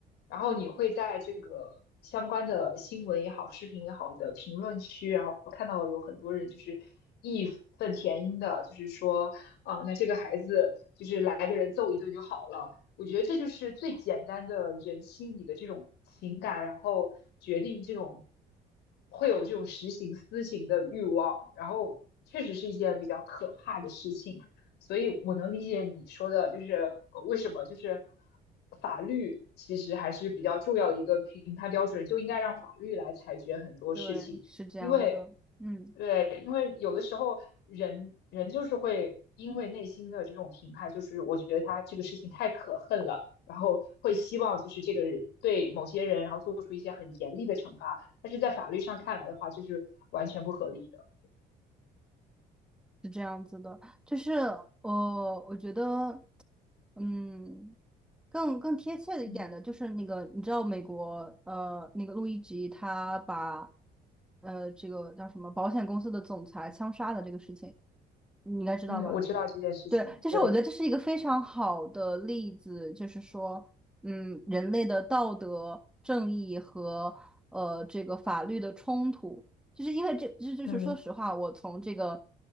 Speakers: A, on the left (about 80°); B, in the centre.
A: 然后你会在这个相关的新闻也好、
B: 嗯，
A: 视频也好的评论区，然后看到有很多人就是义愤填膺的，就是说啊、那这个孩子就是来个人揍一顿就好了。我觉得这就是最简单的人心里的这种情感，然后决定这种会有这种实行私刑的欲望，然后确实是一件比较可怕的事情。所以我能理解你说的，就是呃为什么就是法律其实还是比较重要的一个评判标准，就应该让法律来裁决很多事情，
B: 对，是这样的，
A: 因为
B: 嗯，
A: 对，因为有的时候人人就是会因为内心的这种评判，就是我觉得他这个事情太可恨了，然后会希望就是这个人对某些人，然后做出一些很严厉的惩罚，但是在法律上看来的话，就是完全不合理的。
B: 是这样子的，就是呃，我觉得。嗯，更更贴切的一点的就是那个，
A: 嗯
B: 你知道美国呃那个路易吉他把呃这个叫什么保险公司的总裁枪杀的这个事情，你应该知道吧？
A: 嗯，我知道这件事情，
B: 对，就是我觉得这是一个非常好的例子，
A: 对，
B: 就是说，嗯，人类的道德、正义和呃这个法律的冲突，就是因为这，这就是说实话，
A: 嗯。
B: 我从这个